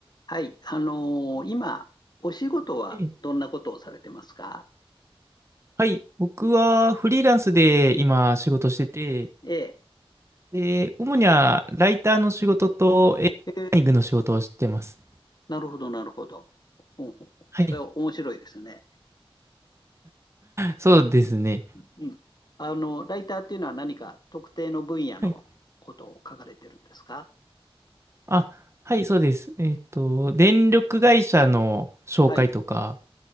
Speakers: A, on the left; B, on the right.
A: はい。あのー今、お仕事はどんなことをされてますか
B: えはい、僕はフリーランスで今仕事してて、
A: ええ。
B: で、主にはライターの仕事とエンジニアリングの仕事をしてます。
A: ええなるほど、なるほど。ほうほうそれは面白いですね。
B: はい、そうですね。
A: うん。あの、ライターっていうのは何か特定の分野のことを書かれてるんですか
B: はい、あ、はい、そうです。えっと、電力会社の紹介とか、
A: はい。